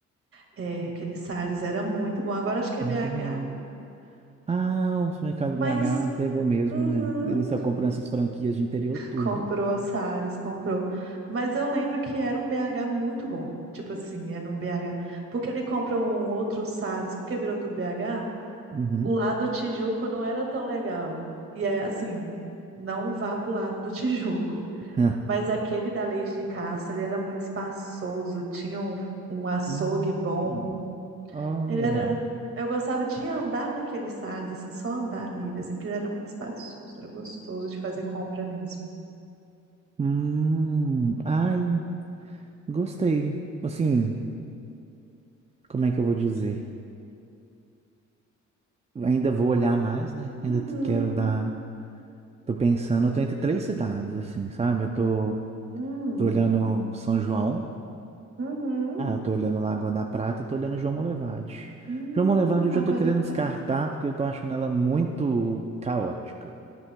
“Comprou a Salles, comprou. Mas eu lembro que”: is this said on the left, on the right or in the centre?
Right